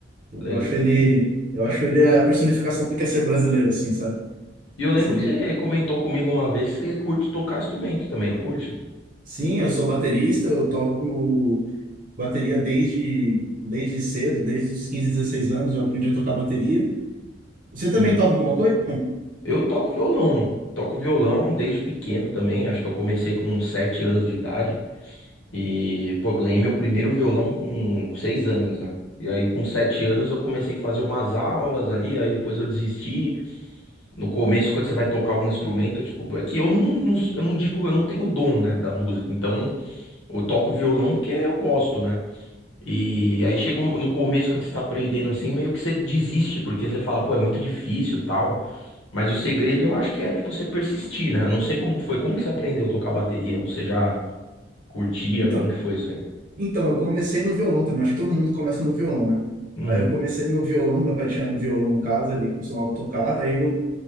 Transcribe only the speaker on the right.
Eu
acho ele, eu acho ele a personificação do que é ser brasileiro, assim, sabe?
Desse jeito.
Sim, eu sou baterista, eu toco bateria desde, desde cedo, desde os 15 16 anos, eu aprendi a tocar bateria. Você também
toca alguma coisa?
Então,
então, eu comecei no violão também, acho que todo mundo começa no violão, né?
Aí eu comecei no violão, meu pai tinha um violão em casa, ele costumava tocar, aí eu